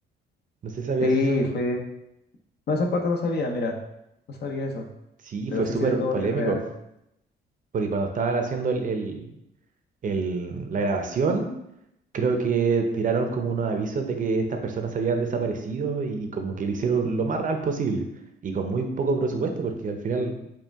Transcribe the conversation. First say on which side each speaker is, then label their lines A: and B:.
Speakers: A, on the right (about 40°); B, on the left (about 55°).
A: No sé, ¿sabías
B: Sí,
A: eso?
B: fue. No, esa parte no sabía, mira, no sabía eso,
A: Sí,
B: pero
A: fue
B: sí
A: súper
B: se ve todo
A: polémico.
B: bien real.
A: Porque cuando estaban haciendo el, el- el- la grabación, creo que tiraron como unos avisos de que estas personas habían desaparecido y como que le hicieron lo más real posible. Y con muy poco presupuesto, porque al final